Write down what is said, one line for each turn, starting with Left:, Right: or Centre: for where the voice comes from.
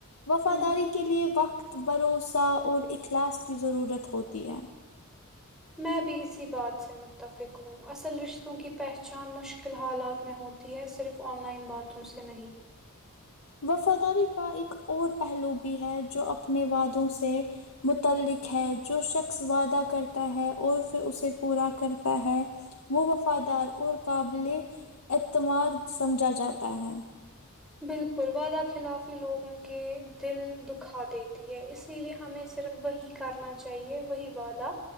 Left: وفاداری
Centre: ہ
Left: کے لیئے وقت بھروسہ اور اخلاص کی ضرورت ہوتی ہے
Centre: میں بھی اسی بات سے متفق ہوں اصل رشتوں کی پہچان مشکل حالات میں ہوتی ہے صرف آن لائن باتوں سے نہیں
Left: وفاداری کا ایک اور پہلو بھی ہے جو اپنے وعادوں سے متعلق ہے جو شخص وعدہ کرتا ہے اور پھر اسے پورا کرتا ہے وہ وفادار اور قابل اعتماد سمجھا جاتا ہے
Centre: بالکل وعدہ خلافی لوگوں کے دل دکھا دیتی ہے اسی لیے ہمیں صرف وہی کرنا چاہیے وہی وعدہ